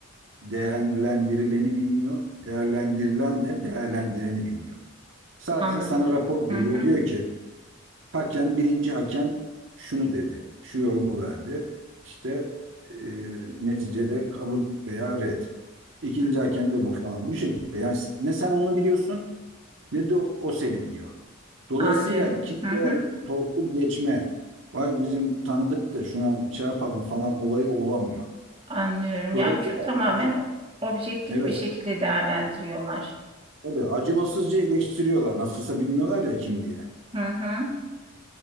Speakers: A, on the right; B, on the right.
A: değerlendirileni bilmiyor. Değerlendirilen de değerlendireni bilmiyor. Sadece
B: Anladım.
A: sana rapor veriyor.
B: Hı hı.
A: Diyor ki hakem birinci hakem şunu dedi. Şu yorumu verdi. İşte e, neticede kabul veya red. İkinci
B: hı
A: hakem
B: hı.
A: de bu falan. Bu şekilde yani ne sen onu biliyorsun ne de o, o seni biliyor. Dolayısıyla
B: Anlıyorum.
A: kimseye
B: Hı hı.
A: torpil geçme vay bizim tanıdık da şuna şey yapalım falan olayı olamıyor.
B: Anlıyorum.
A: Dolayısıyla
B: Yani ço- tamamen
A: az-
B: objektif
A: evet
B: bir şekilde değerlendiriyorlar.
A: Tabii acımasızca eleştiriyorlar. Nasılsa bilmiyorlar ya kim diye.
B: Hı hı.